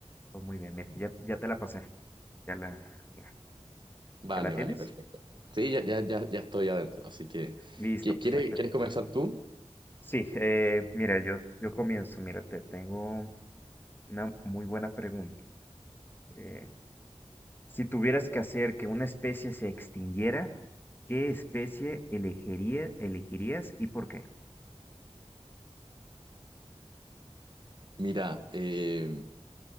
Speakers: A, on the left; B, on the right.
A: todo muy bien. Mira, ya, ya te la pasé. Ya la, mira,
B: Vale,
A: ¿ya la tienes?
B: vale, perfecto. Sí, ya, ya, ya, ya estoy adentro, así que,
A: Listo,
B: ¿qui-
A: perfecto.
B: ¿quiere- ¿quieres comenzar tú?
A: Sí, eh, mira, yo, yo comienzo. Mira, te tengo una muy buena pregunta. Eh, si tuvieras que hacer que una especie se extinguiera, ¿qué especie elegiría, elegirías y por qué?
B: Mira, eh,